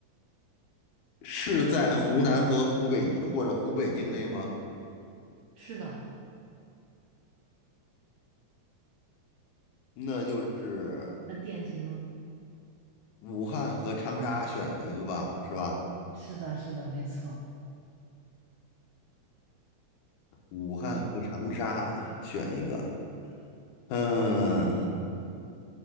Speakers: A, on the left; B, on the right.
A: 是在湖南和湖北或者湖北境内吗？
B: 是的。
A: 那就是
B: 很典型了。
A: 武汉和长沙选一个吧，是吧？
B: 是的，是的，没错，
A: 武汉和长沙选一个，嗯。